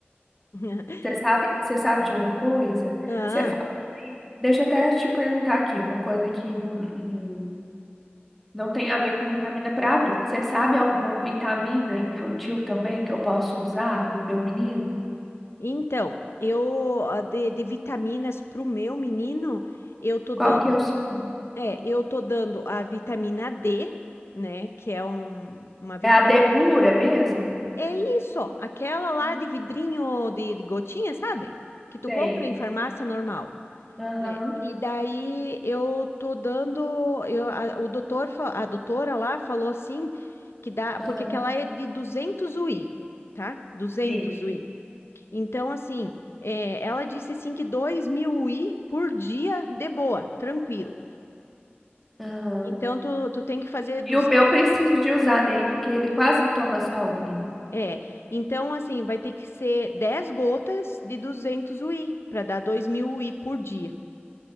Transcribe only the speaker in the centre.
Você sabe, você sabe de uma coisa?
Você fala aí. Deixa eu até te perguntar aqui, uma coisa que não, não, não tem a ver com vitamina para adulto. Você sabe alguma vitamina infantil também que eu posso usar no meu menino?
Qual que é o seu nome?
É a D pura mesmo?
Hum,
Sei.
Aham,
aham,
sim.
Aham.
E o meu preciso de usar nele, porque ele quase não toma sol, menina.